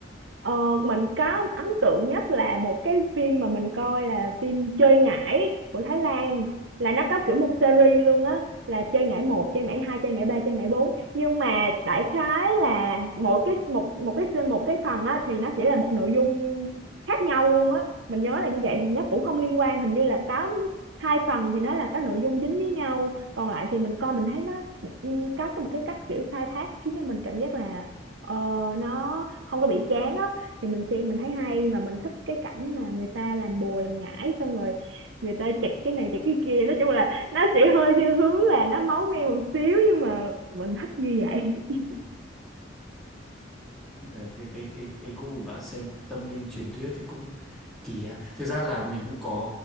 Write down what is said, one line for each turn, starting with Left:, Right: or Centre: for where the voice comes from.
Right: ờ, mình có ấn tượng nhất là một cái phim mà mình coi là phim Chơi Ngải của Thái Lan là nó có kiểu một series luôn á là chơi ngải một chơi ngải hai chơi ngải ba chơi ngải bốn nhưng mà đại khái là mỗi cái một một cái scene- một cái phần á thì nó sẽ là một nội dung khác nhau luôn á mình nhớ là như vậy thì nó cũng không liên quan hình như là có hai phần thì nó là có nội dung dính với nhau còn lại thì mình coi mình thấy nó ừ, có một cái cách kiểu khai thác khiến cho mình cảm giác là ờ, nó không có bị chán á thì mình xem mình thấy hay mà mình thích cái cảnh mà người ta làm bùa làm ngải xong rồi người ta chặt cái này chặt cái kia nói chung là nó sẽ hơi theo hướng là nó máu me một xíu nhưng mà mình thích như vậy <laughs>
Centre: Ờ, cái cái cái cái gu của bạn xem tâm linh truyền thuyết thì cũng kỳ ha. Thực ra là mình cũng có